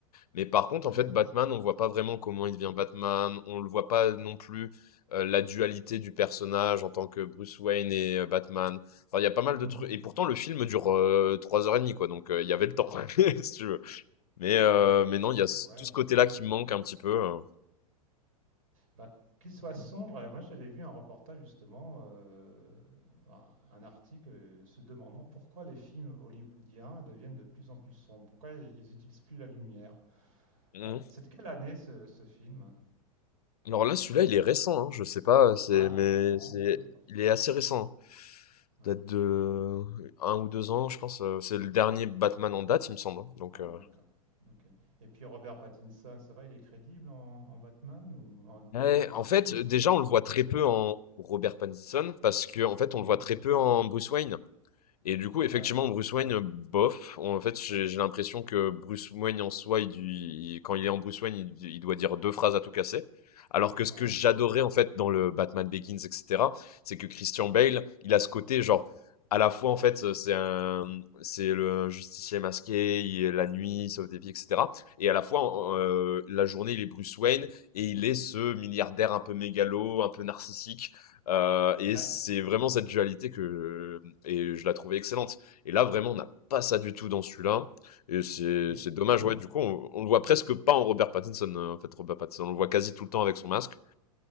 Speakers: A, on the left; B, on the right.
A: Mais par
B: c'est
A: contre,
B: bien
A: en fait,
B: ça,
A: Batman, on voit pas vraiment
B: ouais.
A: comment il devient Batman, on le voit pas non plus, heu, la dualité du personnage en tant que Bruce Wayne et heu, Batman. Enfin, il y a pas mal de
B: Mmh
A: trucs.
B: mh.
A: et pourtant le film dure, heu, 3 heures et demie, quoi, donc heu, il y avait le temps, <laughs> si tu veux. Mais, heu,
B: mais mais
A: mais non, il y a ce
B: ouais,
A: tout ce
B: ouais,
A: côté-là qui
B: carrément.
A: me manque un petit peu, heu.
B: Bah, qu'il soit sombre, heu, moi j'avais vu un reportage justement, heu, un un article, heu, se demandant pourquoi les films hollywoodiens deviennent de plus en plus sombres? Pourquoi ils n'utilisent plus la lumière?
A: Mmh
B: Heu, c'est de quelle année ce ce film?
A: Alors là, celui-là, il est récent, hein. Je sais pas, c'est
B: Ah il
A: mais
B: est récent,
A: c'est
B: ouais, bah, c'est
A: il est
B: peut-être
A: assez récent,
B: ça.
A: hein.
B: Ouais.
A: Date de un ou 2 ans, je pense, heu, c'est le dernier Batman en date, il me semble, hein, donc,
B: Ouais,
A: heu
B: d'accord. OK. Et puis Robert Pattinson, ça va, il est crédible en en Batman ou en
A: ouais,
B: en Bruce
A: en fait,
B: Wayne ou
A: déjà,
B: c'est
A: on le voit
B: pas
A: très
B: trop?
A: peu en Robert Pattinson parce que en fait, on
B: Mmh.
A: le voit très peu en Bruce Wayne. Et du coup, effectivement,
B: Ah oui,
A: Bruce Wayne, euh, bof. En fait, j'ai j'ai l'impression que Bruce Wayne en soi, il, il- quand il est en Bruce Wayne, il, il doit dire deux phrases à tout casser. Alors que ce
B: ouais.
A: que j'adorais en fait dans le Batman Begins, etc., c'est que Christian Bale, il a ce côté genre à la fois en fait euh, c'est un c'est le justicier masqué, il est la nuit, il sauve des vies, etc. Et à la fois euh, la journée, il est Bruce Wayne et il est ce milliardaire un peu mégalo, un peu narcissique. Euh, et
B: Ouais,
A: c'est vraiment cette dualité que et je la trouvais excellente. Et là, vraiment, on n'a pas ça du tout dans celui-là. Et c'est
B: mais
A: c'est dommage, ouais.
B: ouais,
A: Du coup, on, on le voit presque pas en Robert Pattinson. euh, En fait, Robert Pattinson, on le voit quasi tout le temps avec son masque.